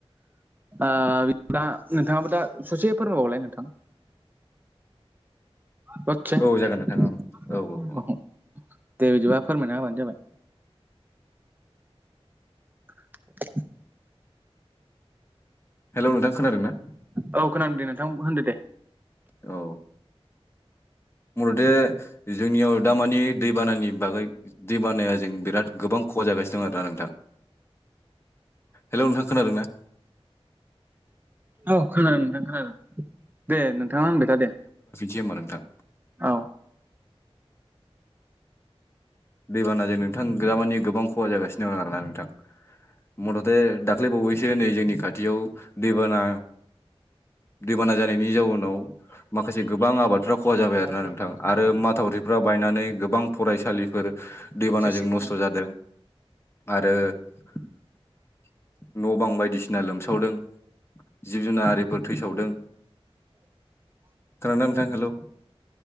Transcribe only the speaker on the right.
ओ <inaudible> नोंथाङाबो दा ससे फोरमायबावलाय नोंथां बाथ्राया
माखौ दे बिदिबा फोरमायना होबानो जाबाय <unintelligible>
औ खोनादोंदे नोंथां होनदो दे
औ खोनादों नोंथां खोनादों दे नोंथाङा होनबाय था दे
औ
रावफोरखौ
खोनाहोनो
हाबाय
दे
बिसोरसो
खालामजोबोबा
<inaudible>